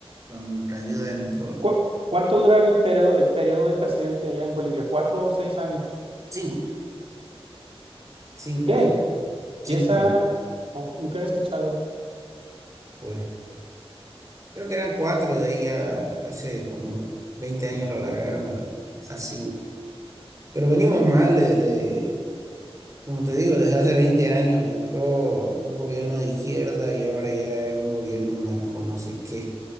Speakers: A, on the right; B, on the right.
A: con la ayuda de nuestros
B: ¿Cu- cuánto dura el periodo, el periodo del presidente allá en Bolivia? ¿Cuatro o seis años?
A: cinco, cinco
B: ¿Qué?
A: años, cinco
B: Y esa,
A: años.
B: oh, nunca había escuchado.
A: Pues creo que eran cuatro, de ahí ya hace como 20 años lo largaron a, a cinco. Pero venimos mal desde, como te digo, desde hace 20 años entró un gobierno de izquierda y ahora ya es un gobierno narco, no sé qué.